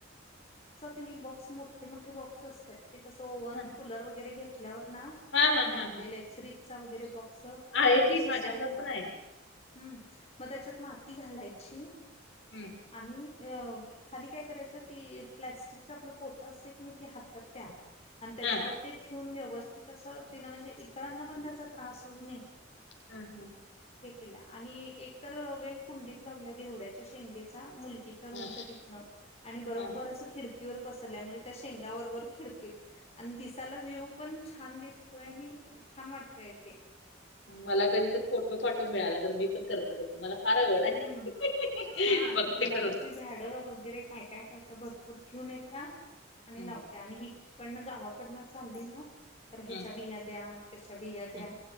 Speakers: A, on the left (about 30°); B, on the left (about 65°).
A: कनइ बॉक्स मोठे मोठे बॉक्स असतात, ते कस ओव्हन
B: का?
A: कुलर वगैरे घेतल्यावर ना
B: हा हा हा
A: ते आणलेले
B: हा हा
A: आहेत, फ्रीजचा वगैरे बॉक्स ते
B: आहे की
A: असं
B: माझ्या
A: साईडन
B: घरात पण आहे
A: हम मग त्याच्यात माती घालायची,
B: हम्म
A: आणि अ खाली काय करायचं? ती प्लॅस्टिकच आपलं पोत असंय की नाही ती हातर त्या आणि त्याच्यावर
B: हा
A: ते ठेवून व्यवस्थित असं तिन म्हणजे इतरांना पण त्याचा त्रास होऊ नये
B: हम.
A: एकतर वेल कुंडीत लावल्या घेवड्याच्या शेंगेचा मु तिच्या रूमच्या
B: हा बरोबर.
A: तिथन आणि बरोबर
B: हा
A: असं खिडकी वर पसरल्या म्हणजे, त्या शेंगा बरोबर खिडकीत आणि दिसाला व्ह्यू पण छान दिसतोय आणि छान! वाटतय अगं ते.
B: मला कधी तर फोटो पाठव मिळाला तर, मी पण करते. तसं मला फार आवड आहे
A: हम, हा
B: बघते
A: ती गुलाबाची
B: करून
A: झाडं वगैरे काय काय काय काय भर पूर घेऊन येत्या आणि
B: हम्म,
A: लावल्या, आणि हिकडनं गावाकडनं चालली ना. तर ह्याच्या
B: हम्म,
A: बिया द्या त्याच्या बिया द्या
B: हम्म,